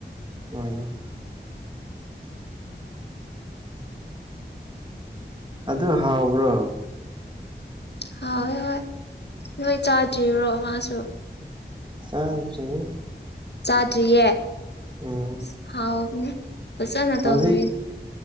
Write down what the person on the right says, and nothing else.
ꯎꯝ ꯑꯗꯨ ꯍꯥꯎꯕ꯭ꯔꯣ
ꯆꯥꯗ꯭ꯔꯤ
ꯎꯝ
ꯍꯧꯖꯤꯛ